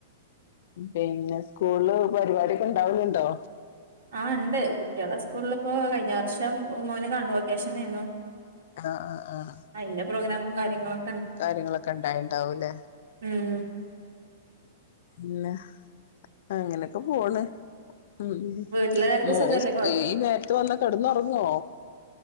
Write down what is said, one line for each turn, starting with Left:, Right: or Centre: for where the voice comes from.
Left: പിന്നെ സ്കൂളില് പരിപാടിഒക്കെ ഉണ്ടാവല്ണ്ടോ
Right: ആ ഇണ്ട് കുട്ടികളെ സ്കൂളിലിപ്പോ കഴിഞ്ഞ വർഷം മോന് കോൺ വൊക്കേഷനേർന്നു
Left: ആഹ് ആഹ് ആഹ്
Right: അതിന്റെ പ്രോഗ്രമും കാര്യങ്ങളും
Left: കാര്യങ്ങളൊക്കെ ണ്ടായോണ്ടാവുംല്ലേ
Right: ഉം
Left: ഉം ന്ന അങ്ങനെയൊക്കെ പോണ് ഉം
Right: വീട്ടിലെല്ലാർക്കും
Left: മോ
Right: സുഖല്ലേ
Left: ഈ നേരത് വന്ന കിടന്ന് ഉറങ്ങുവോ